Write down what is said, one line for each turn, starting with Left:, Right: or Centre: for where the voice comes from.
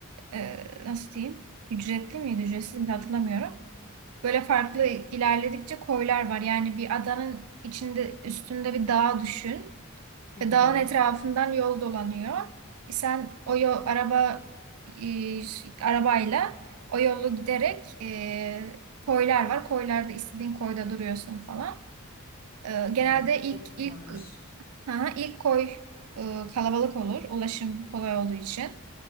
Right: e, nasıl diyeyim? Ücretli miydi, ücretsiz miydi hatırlamıyorum. Böyle farklı ilerledikçe koylar var. Yani bir adanın içinde üstünde bir dağ düşün.
Left: Hı
Right: E,
Left: hı.
Right: Dağın etrafından yol dolanıyor. Sen o yol araba e, arabayla o yolu giderek e, koylar var. Koylarda istediğin koyda duruyorsun falan. E, genelde
Left: Hı.
Right: ilk
Left: Çok güzelmiş.
Right: ilk ha, ilk koy e, kalabalık olur. Ulaşım kolay olduğu için